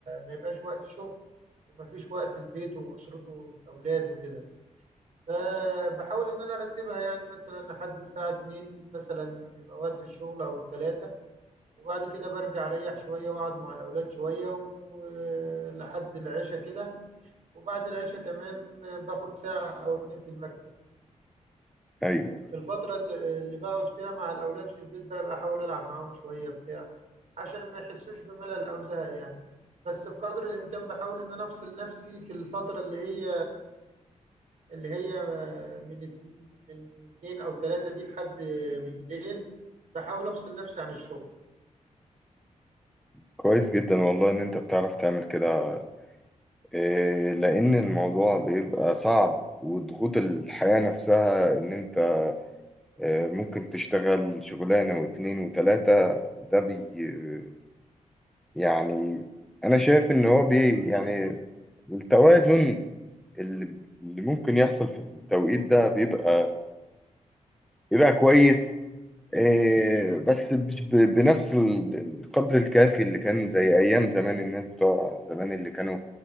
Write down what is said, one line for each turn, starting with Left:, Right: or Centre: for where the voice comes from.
Right: ما يبقاش وقت شغل ومفيش وقت لبيته واسرته والاولاد وكده فبحاول ان انا ارتبها يعني مثلا لحد الساعه 2 مثلا بيبقى وقت الشغل او الثلاثه وبعد كده برجع اريح شويه واقعد مع الاولاد شويه ولحد العشاء كده وبعد العشاء تمام باخد ساعه او اتنين في المكتب
Centre: أيوه
Right: في الفتره اللي اللي بقعد فيها مع الاولاد في البيت بقى بحاول العب معاهم شويه بتاع عشان ما يحسوش بملل او زهق يعني بس بقدر الامكان بحاول ان انا افصل نفسي في الفتره اللي هي اللي هي من اتنين أو تلاتة دي لحد بالليل بحاول أفصل نفسي عن الشغل
Centre: كويس جدا والله إن أنت بتعرف تعمل كده إيه، لأن الموضوع بيبقى صعب وضغوط الحياة نفسها إن أنت آه، ممكن تشتغل شغلانة واتنين وتلاتة ده بي آه، يعني أنا شايف إن هو بي يعني التوازن اللي اللي ممكن يحصل في التوقيت ده بيبقى بيبقى كويس آه، بس مش ب- بنفس ال- القدر الكافي اللي كان زي أيام زمان الناس بتوع زمان اللي كانوا